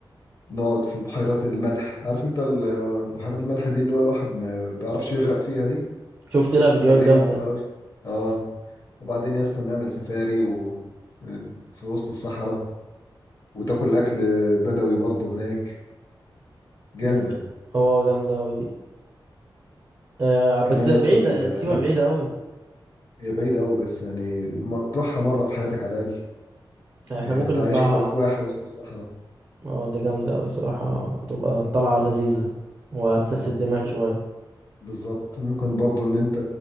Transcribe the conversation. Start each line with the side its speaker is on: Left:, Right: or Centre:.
Left: نقعد في بحيرات الملح عارف انت ال- بحيرات الملح دي اللي هو الواحد ما بيعرفش يغرق فيها دي
Right: شفت لها فيديوهات
Left: تلاقيك دايما
Right: جامدة
Left: عايم على وشك. اه وبعدين يا اسطى نعمل سفاري و... في وسط الصحراء وتاكل اكل بدوي برضه هناك جامده
Right: ده هو جامدة أوي دي آه بس
Left: كمان
Right: بعيدة
Left: يا اسطى ال- هناك
Right: سيوة بعيدة أوي
Left: هي بعيده قوي بس يعني م- تروحها مره في حياتك على الاقل
Right: احنا
Left: يعني
Right: ممكن
Left: انت
Right: نطلعها
Left: عايش كده
Right: اه
Left: في واحه وسط الصحراء
Right: اه دي جامدة أوي صراحة هتبقى طلعة لذيذة وهتفسد
Left: آه
Right: الدماغ
Left: ممكن
Right: شوية
Left: بالظبط ممكن برضه ان انت